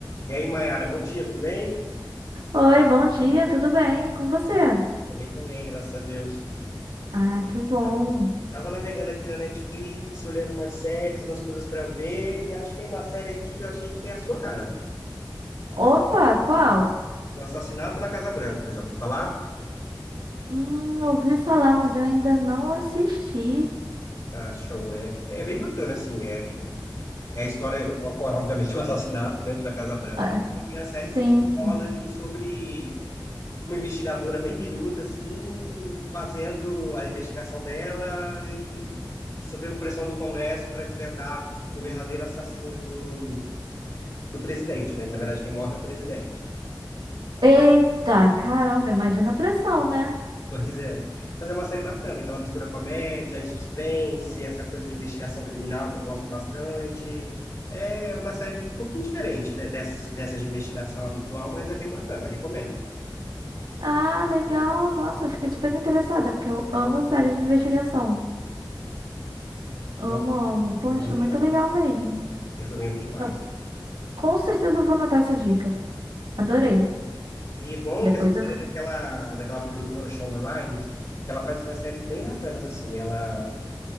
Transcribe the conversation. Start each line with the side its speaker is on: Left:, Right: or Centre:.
Left: E aí, Mayara, bom dia, tudo bem?
Right: Oi, bom dia, tudo bem? Com você?
Left: Tô bem também, graças a Deus.
Right: Ah, que bom.
Left: Tava, tava navegando aqui na Netflix, olhando umas séries, umas coisas para ver, e achei uma série aqui que eu achei que é a sua cara.
Right: Opa, qual?
Left: O Assassinato na Casa Branca, já vou falar?
Right: Hum, ouvi falar, mas eu ainda não assisti.
Left: Ah, show. É, é bem bacana, assim. É, é a história, ocorre obviamente <laughs> um assassinato dentro da Casa Branca,
Right: Ah,
Left: e a série se
Right: tem.
Left: desenrola
Right: sim.
Left: ali sobre uma investigadora bem biruta, assim, fazendo a investigação dela e, e sofrendo pressão do Congresso para desvendar o verdadeiro assassino do, do presidente, né? Que na verdade quem morre é o presidente.
Right: Eita, caramba, imagina a pressão, né?
Left: Pois é. Mas é uma série bacana, que ela mistura comédia e suspense, essa coisa de investigação criminal que eu gosto bastante. É uma série um pouquinho diferente de- dessas, dessas de investigação habitual, mas é bem bacana, recomendo.
Right: Ah, legal. Nossa, eu fiquei super interessada, porque eu amo séries de investigação.
Left: Nossa,
Right: Amo, amo. Poxa,
Left: eu também
Right: muito
Left: amo,
Right: legal mesmo.
Left: eu também amo demais.
Right: Não, com certeza eu vou anotar essa dica. Adorei.
Left: E bom
Right: Depois
Left: que essa série
Right: eu.
Left: é daquela, daquela produtora Shonda Rhimes, que ela faz umas séries bem bacanas, assim. Ela,